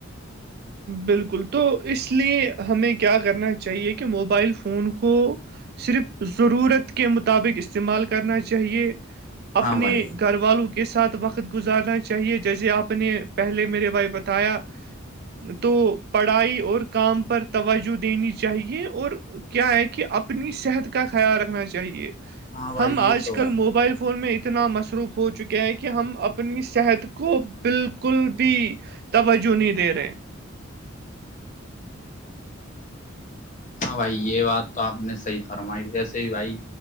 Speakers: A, on the right; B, on the left.
A: بالکل تو اس لیے ہمیں کیا کرنا چاہیے کہ موبائل فون فون کو صرف ضرورت کے مطابق استعمال کرنا چاہیے اپنے
B: ہاں بھائی
A: گھر والو کے ساتھ وقت گزارنا چاہیے جیسے آپ نے پہلے میرے بھائی بتایا تو پڑھائی اور کام پر توجہ دینی چاہیے اور کیا ہے کہ اپنی صحت کا خیال رکھنا چاہیے
B: ہاں بھائی
A: ہم آج
B: یہ تو
A: کل
B: ہے
A: موبائل فون میں اتنا مسور روف ہو چکے ہے کہ ہم اپنی صحت کو بالکل بھی توجہ نہیں دے رہے
B: ہاں بھائی یہ بات تو آپ نے صحیح فرمائی ویسے ہی بھائی